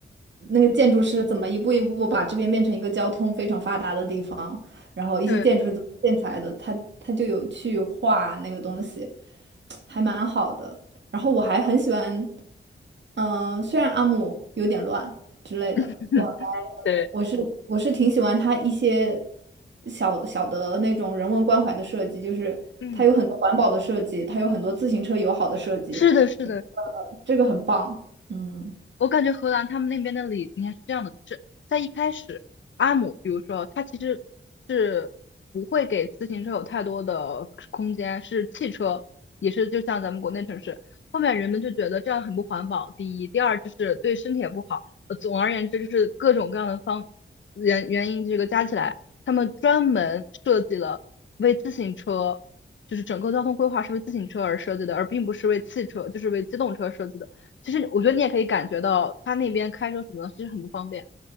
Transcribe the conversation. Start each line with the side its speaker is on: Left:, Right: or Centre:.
Right: 那个建筑师怎么一步一步把这边变成一个交通非常发达的地方，然后一些建筑是怎么建起来的，
Left: 对
Right: 他他就有去画那个东西，还蛮好的。然后我还很喜欢，嗯、虽然阿姆有点乱，之类的。
Left: <laughs>
Right: 我还
Left: 对，
Right: 我是我是挺喜欢它一些小小的那种人文关怀的设计，就是它有很多环保的设计，
Left: 嗯，
Right: 它有很多自行车友好的设计，
Left: 是的，是的。
Right: 呃，这个很棒。嗯，
Left: 我感觉荷兰他们那边的理念是这样的，就是在一开始，阿姆，比如说他其实是不会给自行车有太多的空间，是汽车，也是就像咱们国内城市。后面人们就觉得这样很不环保，第一，第二就是对身体也不好。呃，总而言之，就是各种各样的方原原因，这个加起来，他们专门设计了为自行车，就是整个交通规划是为自行车而设计的，而并不是为汽车，就是为机动车设计的。其实我觉得你也可以感觉到，他那边开车什么的其实很不方便，